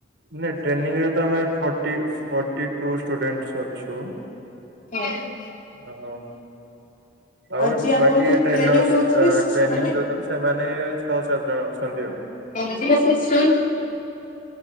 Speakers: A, on the right (about 65°); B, on the left (about 45°).
A: ନାଇଁ ଟ୍ରେନିଂରେ ତ ଆମେ ଫଟି ଫଟିଟୁ ଷ୍ଟୁଡେଣ୍ଟ୍ ଅଛୁ
B: ହୁଁ <inaudible>
A: ହ ଆଉ
B: ଯିଏ ଆପଣଙ୍କୁ
A: ବାକି ଟ୍ରେନର୍ସ
B: ଟ୍ରେନିଂ ଦଉଥିଲେ ସେମାନେ
A: ଟ୍ରେନି ଦୋଉଛନ୍ତି ସେମାନେ ଛଅ ସାତ ଜଣ ଅଛନ୍ତି ଆଉ
B: ଏ ମିତି ରେ ସି <unintelligible>